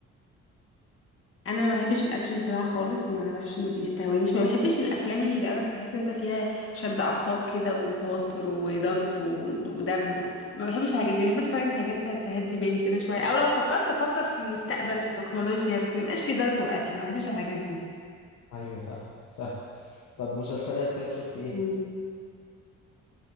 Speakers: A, on the left; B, on the left.
A: انا ما بحبش الاكشن بصراحه خالص ما اعرفش ما بيستهونيش ما بحبش الافلام اللي عرفت تحس انت فيها شد اعصاب كده وتوتر وضرب و- ودم ما بحبش الحاجات دي بحب اتفرج على حاجات ت- تهدي بالي كده شويه او لو فكرت افكر في مستقبل في تكنولوجيا بس ما يبقاش في ضرب وقتل ما بحبش الحاجات دي
B: ايوه فاهم فاهم طب مسلسلات طيب شفت ايه
A: مم.